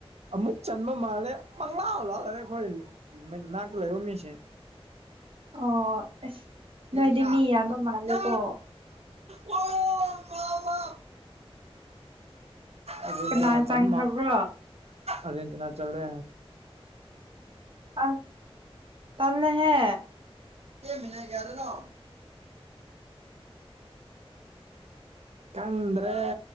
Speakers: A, on the right (about 90°); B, on the right (about 55°).
A: ꯑꯃꯨꯛ ꯆꯟꯕ ꯃꯥꯜꯂꯦ ꯄꯪꯂꯥ ꯂꯥꯜꯂꯔꯦ ꯑꯩꯈꯣꯏ ꯅꯥꯛꯇ ꯂꯩꯕ ꯃꯤꯁꯦ
B: ꯑꯣ ꯑꯁ
A: ꯑꯔꯖꯦꯟꯇꯤꯅꯥ
B: ꯅꯣꯏꯗꯤ ꯃꯤ ꯌꯥꯝꯌꯥꯝꯕ ꯃꯥꯜꯂꯦꯀꯣ
A: ꯌꯥ ꯑꯣ ꯃꯃꯥ ꯑꯗꯨꯦꯟꯇꯅ
B: ꯀꯅꯥ ꯆꯪꯈ꯭ꯔꯕ꯭ꯔꯣ
A: ꯆ ꯃꯥ ꯑꯖꯤꯟꯇꯅꯥ ꯆꯜꯔꯦ
B: ꯑ ꯇꯅꯍꯦ
A: ꯀ ꯃꯅꯦ ꯀꯦꯗꯅꯣ ꯀꯗ꯭ꯔꯦ